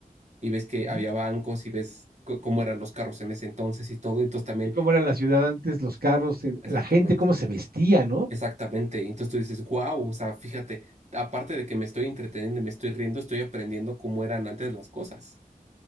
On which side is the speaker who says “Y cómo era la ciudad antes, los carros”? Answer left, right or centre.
Right